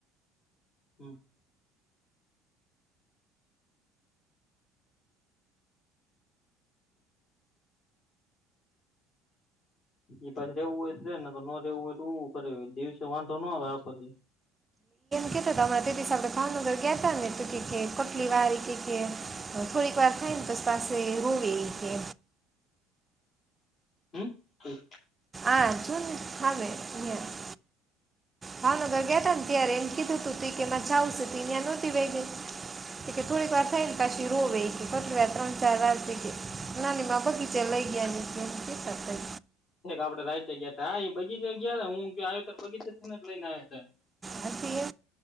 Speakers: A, on the left (about 45°); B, on the right (about 20°).
A: હમ્મ. એ પાછું રહેવું હોય તો રે ને ન રહેવું હોય તો કરે દિવસે વાંધો નો આવે આખો દી
B: કે હતા તમારા તે હિસાબે કાણોદર ગયા તાને કેટલી વારી કે કે થોડીક વાર થાય ને પસ પાસે રોવે કે
A: હમ્મ હમ્મ.
B: આજ હા મે <unintelligible> ભાવનગર ગયા હતા ને ત્યા એમ કીધું હતું તું કેમાં જ આવશે ત્યાં નહોતી વે ગઈ કે થોડીક વાર સાઈડ કશી રોવે કે પસવ્યા ત્રણ ચાર વાજ છે કે નાની માં બગીચે લઈ ગયા.
A: ઠ આપે રાઈ જગ્યા હા એ બગીચ જગ્યા હું આવ્યો ત બગીચ જ ને જ લઈને આવ્યો છે <unintelligible>
B: હાથી તો